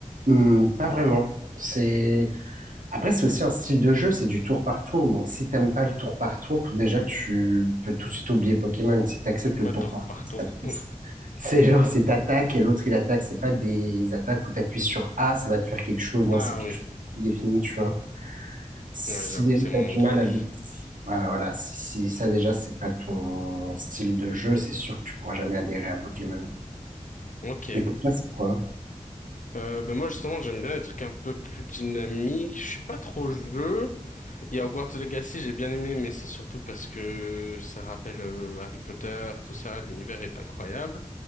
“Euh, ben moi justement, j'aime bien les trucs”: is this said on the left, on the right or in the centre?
Left